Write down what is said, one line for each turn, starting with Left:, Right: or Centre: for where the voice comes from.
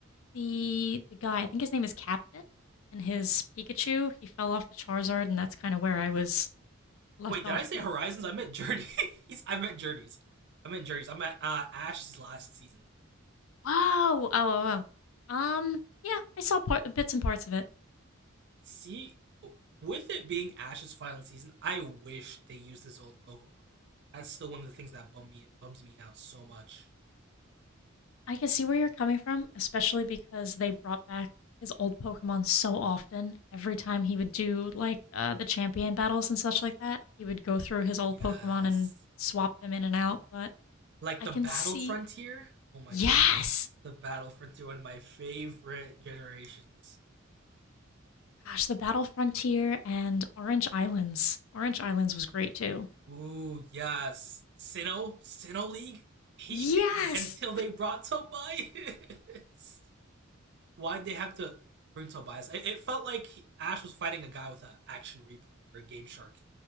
Left: The the guy, I think his name is Captain, and his Pikachu, he fell off the Charizard, and that's kind of where I was left
Right: Wait, did
Left: off
Right: I say
Left: with.
Right: Horizons? I meant Journeys. <laughs> I meant Journeys. I meant Journeys. I meant uh, Ash's last season.
Left: Wow. Oh, oh, oh. Um, yeah, I saw part, bits and parts of it.
Right: see, with it being Ash's final season, I wish they used this old Pokemon. That's still one of the things that bum me bums me out so much.
Left: I can see where you're coming from, especially because they brought back his old Pokemon so often. Every time he would do like uh, the champion battles and such like that, he would go through his old
Right: Yes,
Left: Pokemon and swap them in and out. But
Right: like
Left: I
Right: the
Left: can
Right: Battle
Left: see,
Right: Frontier. Oh my
Left: yes,
Right: goodness, the Battle Frontier, one of my favorite generations.
Left: gosh, the Battle Frontier and Orange Islands. Orange Islands was great too.
Right: Ooh, yes, Sinnoh, Sinnoh League, peak
Left: Yes,
Right: until they brought Tobias. <laughs> why'd they have to bring Tobias? It, it felt like he- Ash was fighting a guy with an action replay or a Game Shark.